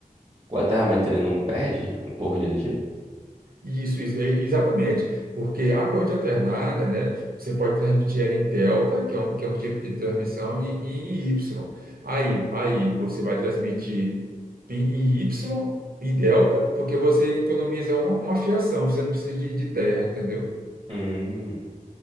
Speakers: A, on the right; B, on the right.
A: O aterramento ele não perde um pouco de energia?
B: Isso, isso, e- exatamente. Porque a corrente alternada, né, você pode transmitir ela em delta, que é um, que é um tipo de transmissão, e, e em Y. Aí, aí você vai transmitir em, em Y, em delta, porque você economiza uma, uma fiação, você não precisa de, de terra, entendeu?
A: Hum.